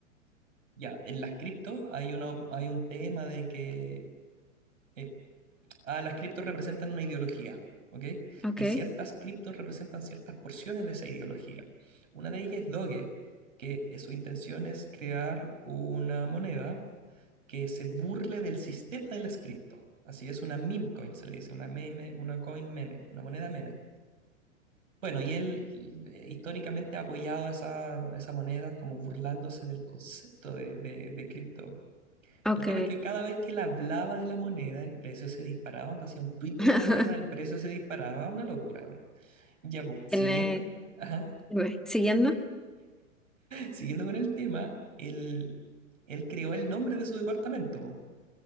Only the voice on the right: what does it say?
ya, en las criptos hay una, op- hay un tema de que, eh, ah, las criptos representan una ideología, ¿ok?
Y ciertas criptos representan ciertas porciones de esa ideología. Una de ellas es Doge, que eh, su intención es crear una moneda que se burle del sistema de las cripto. Así es una meme coin, se le dice, una meme, una coin meme, una moneda meme. Bueno, y él eh, históricamente ha apoyado esa, esa moneda como burlándose del concepto de, de, de cripto.
El tema es que cada vez que él hablaba de la moneda, el precio se disparaba. Cuando hacía un tweet de
la moneda, el precio se disparaba. Una locura. Ya, pues, siguiendo,
ajá,
siguiendo con el tema, él, él creó el nombre de su departamento